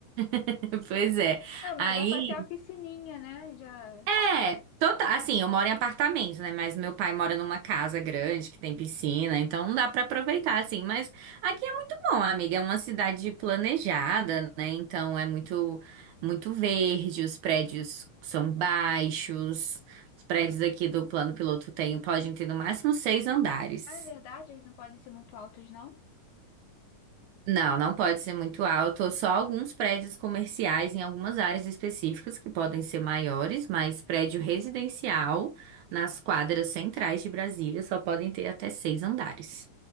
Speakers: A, on the right (about 75°); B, on the left (about 75°).
A: <laughs> Pois é.
B: Ah, mas
A: Aí
B: dá pra ter uma piscininha, né? Já.
A: É, total. Assim, eu moro em apartamento, né? Mas meu pai mora numa casa grande que tem piscina, então não dá pra aproveitar, assim. Mas aqui é muito bom, amiga. É uma cidade planejada, né? Então é muito, muito verde, os prédios são baixos. Os prédios aqui do plano piloto tem, podem ter no máximo seis andares.
B: Ah, é verdade, eles não podem ser muito altos, não?
A: Não, não pode ser muito alto. Só alguns prédios comerciais em algumas áreas específicas que podem ser maiores, mas prédio residencial nas quadras centrais de Brasília só podem ter até seis andares.